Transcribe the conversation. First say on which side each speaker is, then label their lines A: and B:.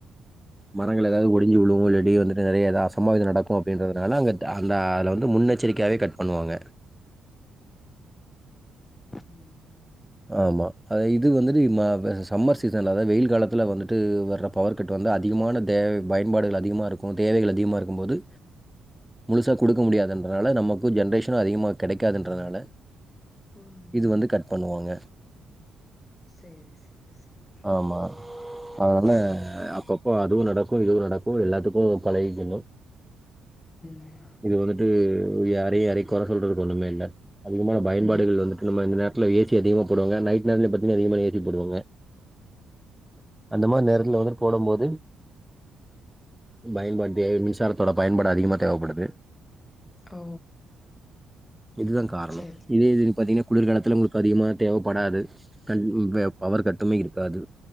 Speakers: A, in the centre; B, on the left.
A: மரங்கள் ஏதாது ஒடிஞ்சு உழும் இல்லாடி வந்துட்டு நறைய ஏதா அசம்பாவிதம் நடக்கும் அப்டின்றதுனால அங்க அந்த அதுல வந்து முன்னெச்சரிக்காவே கட் பண்ணுவாங்க
B: ம்
A: ஆமா அது இது வந்துட்டுமா
B: சேரி சேரி
A: வ சம்மர் சீசன்ல அதாவது வெயில் காலத்துல வந்துட்டு வர்ற பவர் கட் வந்து அதிகமான தேவை பயன்பாடுகள் அதிகமாருக்கும் தேவைகள் அதிகமா இருக்கும் போது முழுசாக குடுக்க முடியாதுன்றனால நமக்கும் ஜென்ரேஷனும் அதிகமா கெடைக்காதுன்றதுனால
B: ம்
A: இது வந்து கட் பண்ணுவாங்க
B: சேரி சேரி சேரி
A: ஆமா அதனால
B: ம்
A: அப்பப்போ அதுவு நடக் க்கு இதுவு நடக்கும் எல்லாத்துக்கும் பழகிகனு
B: ம்
A: இது வந்துட்டு <unintelligible> யாரை யாரையும் கொற சொல்றதுக்கு ஒண்ணுமே இல்ல அதிகமான பயன்பாடுகள்
B: ம்.
A: வந்துட்டு நம்ம இந்த நேர த்ல ஏ சி அதிகமாப் போடுவாங்க நைட் நேரத்துல பாத்தீங்கன்னா அதிகமா ஏசி போடுவாங்க அந்த மாரி நேரத்துல வந்து போடும் போது பயன்படுத்திய மின்சாரத்தோட பயன்பாடு அதிகமா தேவப்படும் வே
B: ஓ!
A: இதுதா காரணோ
B: சரி.
A: இதே இது பாத்திங்னா குளிர்காலத்துல உங்ளுக் அதிகமான் தேவப்படாது கண் வ பவர் கட்டுமே இருக்காது